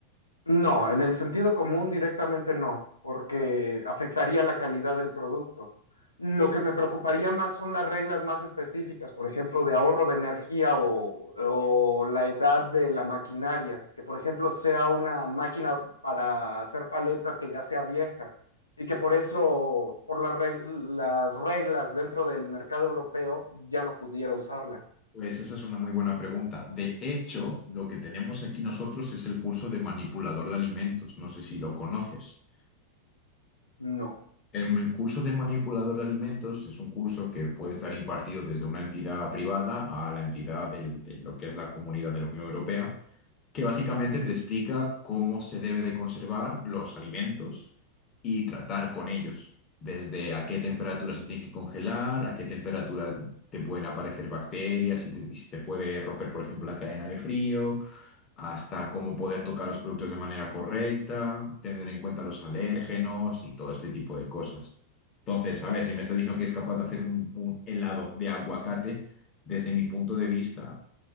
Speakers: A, on the left; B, on the left.
A: No, en el sentido común directamente no, porque afectaría la calidad del producto. Lo que me preocuparía más son las reglas más específicas, por ejemplo, de ahorro de energía o, o la edad de la maquinaria, que por ejemplo sea una máquina para hacer paletas que ya sea vieja y que por eso, por las reg- las reglas dentro del mercado europeo, ya no pudiera usarla.
B: Pues esa es una muy buena pregunta. De hecho, lo que tenemos aquí nosotros es el curso de manipulador de alimentos. No sé si lo conoces.
A: No.
B: En El curso de manipulador de alimentos es un curso que puede estar impartido desde una entidad privada a la entidad del- de lo que es la comunidad de la Unión Europea que básicamente te explica cómo se debe de conservar los alimentos y tratar con ellos, desde a qué temperatura se tienen que congelar, a qué temperatura te pueden aparecer bacterias y, te- y si te puede romper, por ejemplo, la cadena de frío, hasta cómo poder tocar los productos de manera correcta, tener en cuenta los alérgenos y todo este tipo de cosas. Entonces, a ver, si me estás diciendo que es capaz de hacer un un helado de aguacate, desde mi punto de vista,